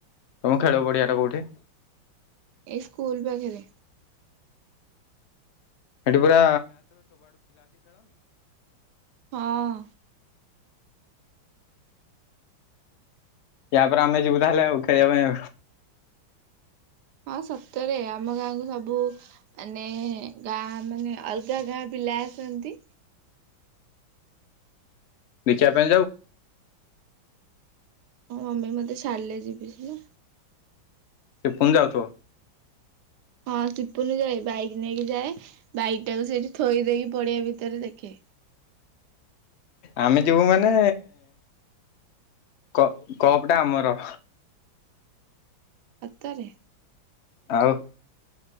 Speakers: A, on the left; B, on the right.
A: ତମ ଖେଳ ପଡିଆଟା କୋଉଠି
B: ଏଇ ସ୍କୁଲ ପାଖରେ
A: ସେଠ ପୁରା
B: ହଁ
A: ୟାପରେ ଆମେ ଯିବୁ
B: ହଁ ସତରେ ଆମ ଗାଁକୁ ସବୁ ମାନେ ଗାଁ ମାନେ ଅଲଗା ଗାଁ ପିଲା ଆସନ୍ତି
A: ଦେଖିବା
B: ହଁ ମମି ମତେ ଛାଡିଲେ ଯିବି ସି ନା
A: ସେ ପୁଣି ଯାଉଥିବ
B: ହଁ ସିପୁଲ ଯାଏ ବାଇକ୍ ନେଇକି ଯାଏ ବାଇକ୍ ଟାକୁ ସେଇଠି ଥୋଇ ଦେଇକି ପଡିଆ ଭିତରେ ଦେଖେ
A: ଆମେ ଯିବୁ ମାନେ କପ ଟା ଆମର
B: ସତରେ
A: ଆଉ